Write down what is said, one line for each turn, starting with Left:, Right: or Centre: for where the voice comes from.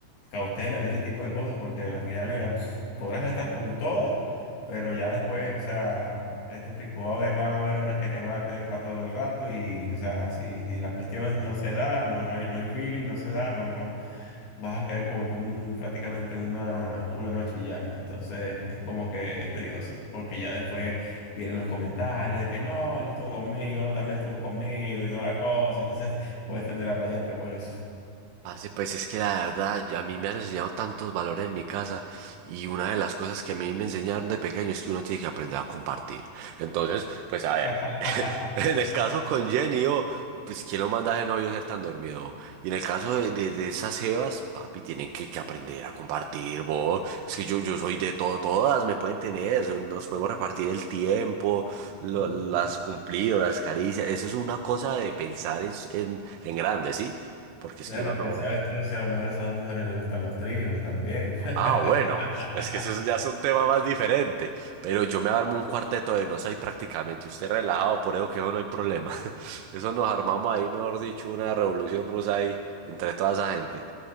Left: cautela en ese tipo de cosas, porque a la final, mira, podrás estar con todas. Pero ya después, o sea, él te explicó, a ver, van a haber unas que te van a querer para todo el rato y, o sea, si, si la cuestión no se da, no, no hay, no hay feeling, no se da, no, no, vas a querer como que un, prácticamente una, una noche y ya. Entonces es como que es tedioso, porque ya después vienen los comentarios de que no, él estuvo conmigo, no, también estuvo conmigo y toda la cosa. Entonces puedes tender a rayarte por eso.
Right: Parce, pues es que la verdad, yo- a mí me han enseñado tantos valores en mi casa y una de las cosas que a mí me enseñaron de pequeño es que uno tiene que aprender a compartir. Entonces, pues a ver,
Left: <laughs>
Right: <laughs> en el caso con Jenny, oh, pues ¿quién lo manda a ese novio a ser tan dormido? oh? Y en el caso de, de- de esas jevas, papi, tienen que, que aprender a compartir, vos. Es que yo, yo soy de todo, todas me pueden tener, so- nos podemos repartir el tiempo, lo-
Left: Sí.
Right: las cumplidos, las caricias. Eso es una cosa de pensar en, en, en grande, ¿sí? Porque
Left: De
Right: es que
Left: lo
Right: uno no...
Left: que sabes tú, si a lo mejor a esas dos mujeres les gustan los tríos también.
Right: Ah, bueno,
Left: <laughs>
Right: es que eso ya es un tema más diferente. Pero yo me armo un cuarteto de nos ahí prácticamente. Usted relajado, por eso que eso no hay problema. <laughs> Eso nos armamos ahí, mejor dicho, una revolución rusa ahí entre toda esa gente.